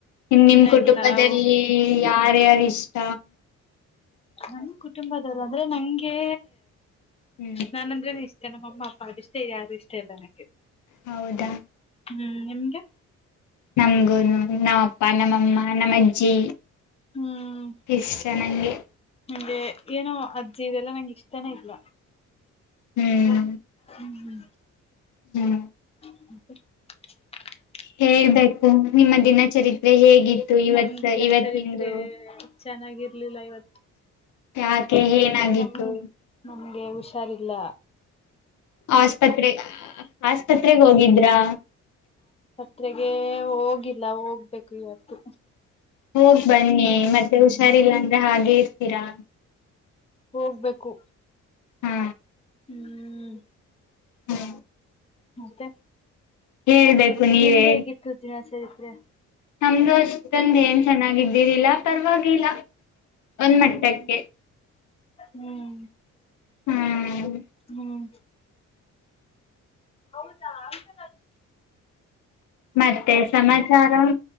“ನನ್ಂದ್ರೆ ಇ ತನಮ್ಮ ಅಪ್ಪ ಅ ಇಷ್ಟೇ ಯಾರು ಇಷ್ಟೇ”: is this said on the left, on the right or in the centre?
Left